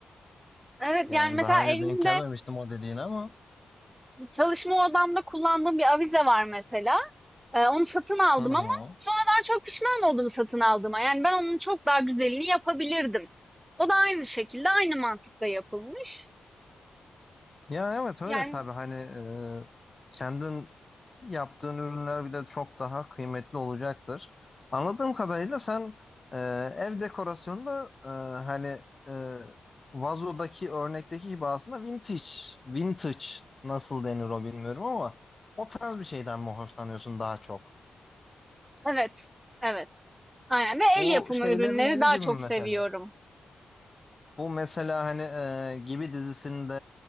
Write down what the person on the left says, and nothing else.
Yani
daha
önce denk gelmemiştim o dediğine ama.
Hı hı.
Ya evet
öyle tabii hani e, kendin yaptığın ürünler bir de çok daha kıymetli olacaktır. Anladığım kadarıyla sen e, ev dekorasyonunda e, hani e, vazodaki örnekteki gibi aslında vintage, vintage nasıl denir o bilmiyorum ama o tarz bir şeyden mi hoşlanıyorsun daha çok?
Bu
şeylerin
evi
gibi
mi mesela?
Bu mesela hani e, Gibi dizisinde